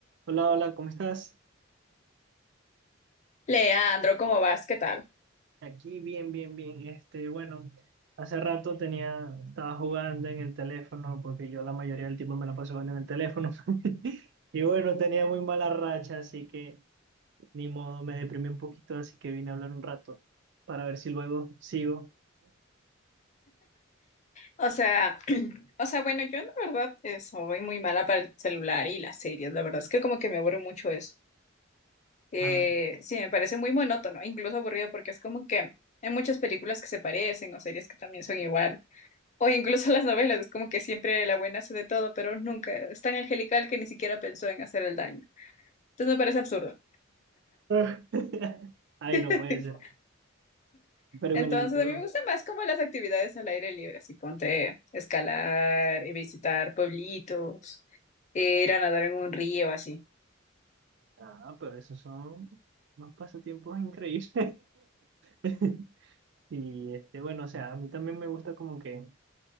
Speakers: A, on the right; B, on the left.
A: Hola, hola, ¿cómo estás?
B: Leandro, ¿cómo vas? ¿Qué tal?
A: Aquí bien, bien, bien. Este, bueno, hace rato tenía, estaba jugando en el teléfono porque yo la mayoría del tiempo me la paso jugando en el teléfono. <laughs> Y bueno, tenía muy mala racha, así que ni modo, me deprimí un poquito, así que vine a hablar un rato para ver si luego sigo.
B: O sea, <clears throat> o sea, bueno, yo la verdad eh, soy muy mala para el celular y las series. La verdad es que como que me aburre mucho eso. Eh,
A: Ah.
B: sí, me parece muy monótono, incluso aburrido porque es como que hay muchas películas que se parecen o series que también son igual. O incluso <laughs> las novelas, es como que siempre la buena hace de todo, pero nunca es tan angelical que ni siquiera pensó en hacer el daño. Entonces me parece absurdo.
A: <laughs> Ay,
B: <laughs>
A: no puede ser. Pero
B: Entonces,
A: bueno, ¿y tú?
B: a mí me gustan más como las actividades al aire libre, así ponte escalar, eh, visitar pueblitos, ir a nadar en un río, así.
A: Ah, pero esos son unos pasatiempos increíbles. <laughs> y este, bueno, o sea, a mí también me gusta como que